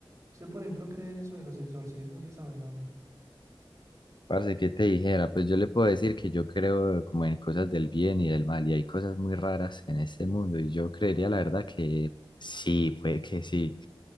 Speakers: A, on the right; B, on the left.
A: ¿Usted, por ejemplo, cree en eso de los exorcismos y esa vaina o no?
B: Parce, ¿qué te dijera? Pues yo le puedo decir que yo creo como en cosas del bien y del mal, y hay cosas muy raras en este mundo, y yo creería la verdad que sí, puede que sí.